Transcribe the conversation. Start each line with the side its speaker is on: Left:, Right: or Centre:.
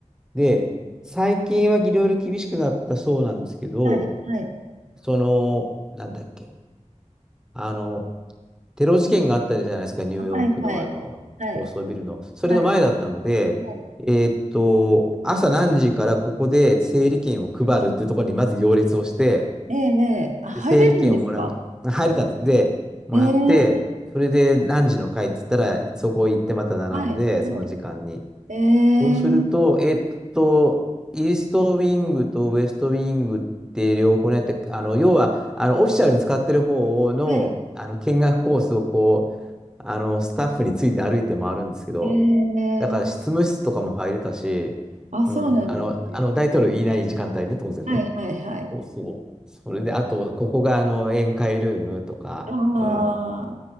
Centre: で、最近はいろいろ厳しくなったそうなんですけど、
Right: はい、はい、
Centre: その、なんだっけ。あの、テロ事件があったじゃないですか、ニューヨークのあの、
Right: はい、はい、はい、
Centre: 高層ビルの。それの前だったので、
Right: はい、はい
Centre: えーっと、朝何時からここで整理券を配るっていうところにまず行列をして、
Right: ええええあ、入れるんですか
Centre: で整理券をもらう。入れたんです。で、もらって、
Right: ええ
Centre: それで何時の回って言ったら、そこ行ってまた並んで、
Right: はい、はい、
Centre: その時間に。
Right: え
Centre: そうすると、
Right: え
Centre: えっと、イーストウィングとウエストウィングって両方やって、あの、要は、あの、オフィシャルに使ってる方の、
Right: はい、
Centre: あの、見学コースをこう、あの、スタッフについて歩いて回るんですけど、
Right: ええ
Centre: だから執務室とかも入れたし、
Right: あ、そうなんですね。
Centre: うん、あの、あの、大統領いない時間帯ね、当然ね。
Right: はいはいはい。
Centre: そうそう。それで、あと、ここが、あの、宴会ルームとか、
Right: ああ、
Centre: うん。